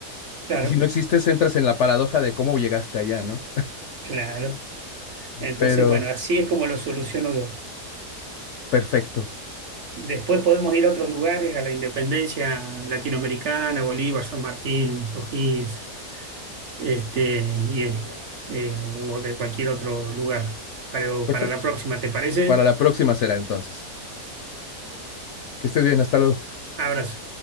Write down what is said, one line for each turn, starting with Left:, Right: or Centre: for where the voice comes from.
Right: Claro,
Left: Y si no existes, entras en la paradoja de cómo llegaste allá, ¿no?
Right: claro. Entonces,
Left: Pero
Right: bueno, así es como lo soluciono yo.
Left: perfecto,
Right: Después podemos ir a otros lugares, a la Independencia Latinoamericana, Bolívar, San Martín, O'Higgins, este, y, eh, eh, o de cualquier otro lugar. Pero
Left: perfecto.
Right: para la próxima, ¿te parece?
Left: Para la próxima será entonces. Que estés bien, hasta luego.
Right: Abrazo.